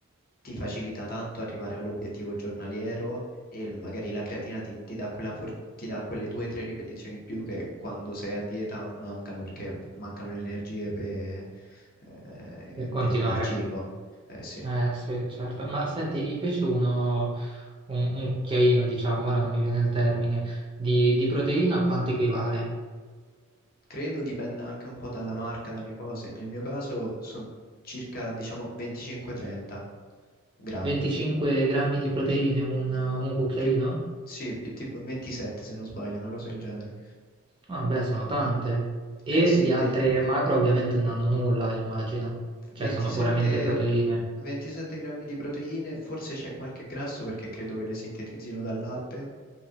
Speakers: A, on the left (about 40°); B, on the right (about 25°).
A: ti facilita tanto arrivare all'obiettivo giornaliero e il- magari la creatina ti, ti dà quella for- ti dà quelle due o tre ripetizioni in più che quando sei a dieta mancano perché mancano le energie pe- eh,
B: per continuare?
A: del- dal cibo. Eh sì.
B: Eh sì, certo. Ma senti, invece uno, un, un cucchiaino, diciamo, ora non mi viene il termine, di, di proteina a quanto equivale?
A: Credo dipenda anche un po' dalla marca, dalle cose. Nel mio caso sono circa, diciamo, 25-30 grammi.
B: 25 grammi di proteine, un, un cucchiaino?
A: Più, sì, più tipo 27 se non sbaglio, una cosa del genere.
B: Ah, beh, sono tante. E
A: Eh sì,
B: di altre
A: ve-
B: macro ovviamente non hanno nulla, immagino. Cioè,
A: 27,
B: sono puramente proteine.
A: 27 grammi di proteine, forse c'è qualche grasso perché credo che le sintetizzino dal latte,